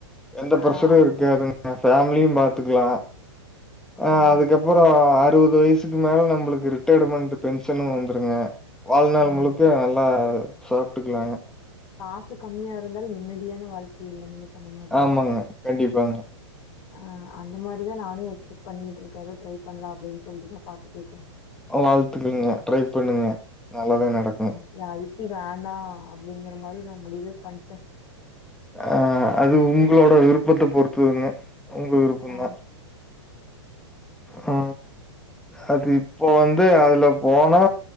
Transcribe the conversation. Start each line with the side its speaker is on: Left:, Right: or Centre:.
Centre: எந்த
Left: ஆ
Centre: ப்ரஷரு
Left: அதேதா
Centre: இருக்காதுங்க ஃபேமிலியு பாத்துக்கலா அ
Left: ஆ
Centre: அதுக்கப்போ ப்போ அறுவது வயசுக்கு மேல நம்புளுக்கு ரிட்டையர்மெண்ட் பென்ஷனு வந்துருங்க வாழ்நாள்
Left: ஆ
Centre: முழுக்க நல்லா சாப்ட்டுக்கலாங்க
Left: காசு கம்மியா இருந்தாலு நிம்மதியான வாழ் இது வந்து பண்ணுனா
Centre: ஆமாங்க கண்டிப்பாங்க
Left: ஆ அந்த மாதிரிதா நானு எக்ஸ்பட் பண்ணிட்டுக்க ஏதோ ட்ரை பண்ணலா அப்டின்னு சொல்லிட்டுதா பாத்துட்டு இருக்க
Centre: வாழ்த்துகள்ங்க ட்ரை பண்ணுங்க நல்லதே நடக்கும்
Left: இல்ல ஐடி வேண்டா அப்டிங்கிற மாதிரி நா முடிவே பண்ட்ட
Centre: ஆ அது உங்களோட விருப்பத்த பொறுத்ததுங்க உங்க விருப்பம்தா
Left: ஆ
Centre: ஆ அது இப்போ வந்து அதுல போனா